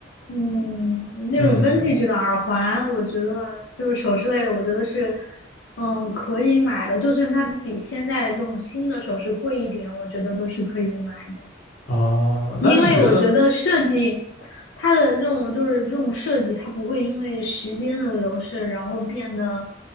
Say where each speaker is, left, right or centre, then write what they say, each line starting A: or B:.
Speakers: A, on the left; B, on the left.
A: 嗯，那种
B: 嗯
A: vintage 的耳环，我觉得就是首饰类的，我觉得是，嗯，可以买的。就算它比现在这种新的首饰贵一点，我觉得都是可以买的。
B: 啊，那你觉得
A: 因为我觉得设计它的这种就是这种设计，它不会因为时间的流逝，然后变得